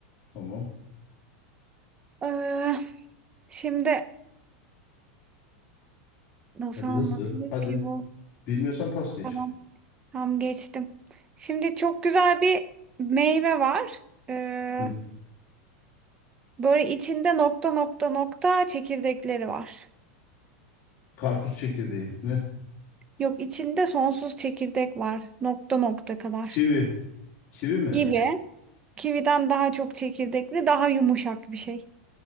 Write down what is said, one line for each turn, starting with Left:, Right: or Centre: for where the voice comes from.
Left: Tamam.
Right: Ee, şimdi nasıl
Left: Hadi
Right: anlatılır
Left: hızlı. Hadi.
Right: ki bu?
Left: Bilmiyorsan pas geç.
Right: Tamam. Tam geçtim. Şimdi çok güzel bir meyve var. Ee,
Left: Hı.
Right: böyle içinde nokta nokta nokta çekirdekleri var.
Left: Karpuz çekirdeği. Ne?
Right: Yok içinde sonsuz çekirdek var. Nokta nokta kadar.
Left: Kivi. Kivi mi?
Right: Gibi. Kividen daha çok çekirdekli, daha yumuşak bir şey.